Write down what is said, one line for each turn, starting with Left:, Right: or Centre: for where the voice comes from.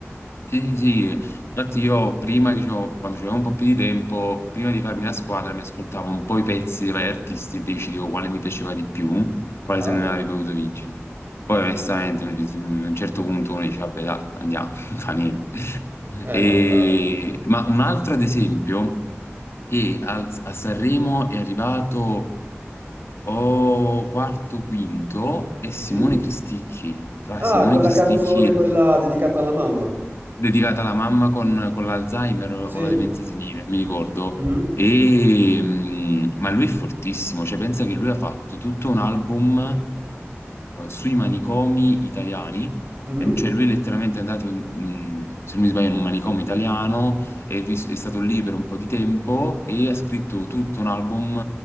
Left: Sì, sì, sì. infatti io prima che c'ho- quando c'avevo un po' più di tempo, prima di farmi la squadra mi ascoltavo un po' i pezzi dei vari artisti e decidevo quale mi piaceva di più, quale
Right: Ah,
Left: se ne avrebbe potuto vincere. Poi onestamente
Right: fan-
Left: a un certo punto uno dice, vabbè, dai, andiamo, <laughs> non fa niente.
Right: Eh,
Left: E-
Right: fantastico.
Left: Ma un altro ad esempio, che al- a Sanremo è arrivato o quarto, quinto, è Simone
Right: Sì?
Left: Cristicchi. Fra
Right: Ah,
Left: Simone
Right: con la
Left: Cristicchi
Right: canzone quella dedicata alla mamma.
Left: dedicata alla mamma con, con l'Alzheimer o
Right: Sì.
Left: la demenza senile, mi ricordo.
Right: Mhm,
Left: E, mh, ma lui è fortissimo, cioè pensa che lui ha fatto tutto un album eh, sui manicomi italiani,
Right: mhm.
Left: e cioè lui è letteralmente andato, in- mh, se non mi sbaglio, in un manicomio italiano, è, vis- è stato lì per un po' di tempo e ha scritto tutto un album